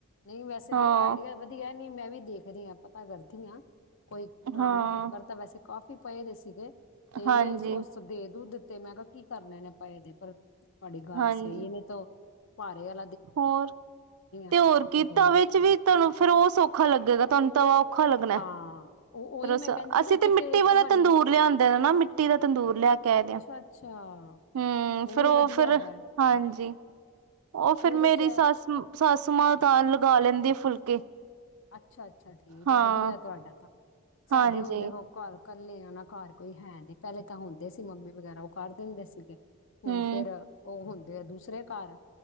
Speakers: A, on the left; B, on the right.
A: ਨਹੀਂ ਵੈਸੇ
B: ਹਾਂ
A: ਵੀ ਆਈਡੀਆ ਵਧੀਆ ਹੈ ਨਹੀਂ ਮੈਂ ਵੀ ਦੇਖਦੀ ਆਂ ਪਤਾ ਕਰਦੀ ਆਂ ਕੋਈ ਪੁਰਾਣਾ
B: ਹਾਂ
A: ਕੁੱਕਰ ਤਾਂ ਵੈਸੇ ਕਾਫੀ ਪਏ ਦੇ ਸੀਗੇ ਤੇਵੇਂ
B: ਹਾਂਜੀ
A: ਸ ਓਸ ਦੇ ਦੁ ਦੀਤ <unintelligible> ਤੇ ਮੈਂ ਕਿਆ ਕੀ ਕਰਨੇ ਨੇ ਪਏ ਦੇਂ ਪਰ ਤੁਵਾਡੀ ਗੱਲ
B: ਹਾਂਜੀ
A: ਸਹੀ ਏ ਨੀ ਤੋ ਭਾਰੇ ਵਾਲ
B: ਹੋਰ ਤੇ
A: ਤੰਦੂਰ
B: ਹੋਰ ਕੀ ਤਵੇ ਚ ਵੀ ਤੁਹਾਨੂੰ ਫੇਰ ਓ ਸੌਖਾ ਲੱਗੇਗਾ ਤੁਹਾਨੂੰ ਤਵਾ ਔਖਾ ਲਗਣਾ
A: ਹਾਂ
B: ਫੇਰ
A: ਉਹ ਉਹੀ ਮੈਂ ਕਹਿੰਦੀ ਪਈ
B: ਅਸੀਂ
A: ਨਾ ਉਚ
B: ਤੇ ਮਿੱਟੀ
A: ਇੱਕ
B: ਵਾਲਾ
A: ਬਣਨੀ
B: ਤੰਦੂਰ ਲਿਆਂਦੇ ਨੇ ਨਾ ਮਿੱਟੀ ਦਾ ਤੰਦੂਰ ਲਿਆ ਕੇ ਆਦੇ
A: ਅੱਛਾ-ਅੱਛਾ
B: ਆਂ। ਹੂੰ
A: ਉਹ
B: ਫੇਰ
A: ਵੀ
B: ਔ
A: ਵਧੀਆ
B: ਫੇਰ
A: ਹੈਗਾ
B: ਹਾਂਜੀ। ਓਹ ਫੇਰ
A: ਉਹਦੇ
B: ਮੇਰੀ
A: ਚ
B: ਸੱਸ ਸਾਸੂ ਮਾਂ ਤਾਂ ਲਗਾ ਲੈਂਦੀ ਏ ਫੁਲਕੇ
A: ਅੱਛਾ ਅੱਛਾ ਠੀਕ
B: ਹਾਂ
A: ਹੈ ਵਧੀਆ ਐ ਤੁਹਾਡਾ ਤਾਂ। ਸਾਡੇ
B: ਹਾਂਜੀ
A: ਹੁਣਦੇ ਓਹ ਘਰ ਕੱਲੇ ਆਂ ਨਾ ਘਰ ਕੋਈ ਹੈ ਨੀ ਪਹਿਲੇ ਤਾਂ ਹੁੰਦੇ ਸੀ ਮੰਮੀ ਵਗੈਰਾ। ਕਰ ਦਿੰਦੇ ਸੀਗੇ ਹੁਣ
B: ਹਮ
A: ਫੇਰ ਓਹ ਹੁਣ ਦੇ ਦੂਸਰੇ ਘਰ।